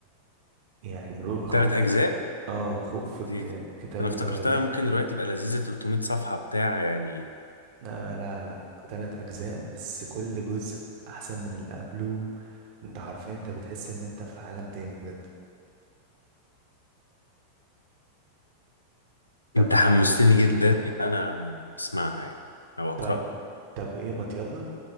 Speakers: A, on the right; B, on the left.
A: يعني روح
B: تلات
A: خوف
B: أجزاء
A: اه خوف في الك-
B: دي
A: الكتاب
B: أنا
A: الاولاني
B: افتكرتها ممكن دلوقتي تبقى لذيذة 300 صفحة بتاع يعني
A: آه لا لا تلات أجزاء بس كل جزء أحسن من اللي قبله أنت حرفيا أنت بتحس إن أنت في عالم تاني بجد طب
B: أنت
A: بقى-
B: حمستني جدا إن أنا أسمعها يعني أو أقرأها
A: طب طب إيه ما يلا